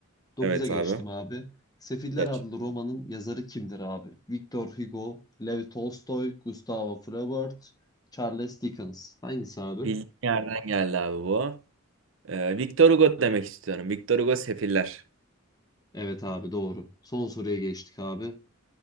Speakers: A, on the left; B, on the right.
A: dokuza
B: Evet
A: geçtim
B: abi.
A: abi. Sefiller
B: Geç.
A: adlı romanın yazarı kimdir abi? Victor Hugo, Lev Tolstoy, Gustavo Flaubert, Charles Dickens. Hangisi abi?
B: Bildiğin yerden geldi abi bu. Ee, Victor Hugo demek istiyorum. Victor Hugo Sefiller.
A: Evet abi doğru. Son soruya geçtik abi.